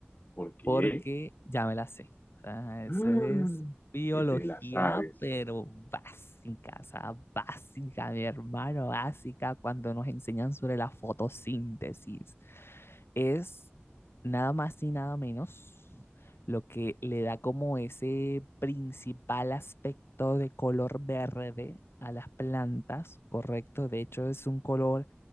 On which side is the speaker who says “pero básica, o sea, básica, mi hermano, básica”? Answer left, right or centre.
Left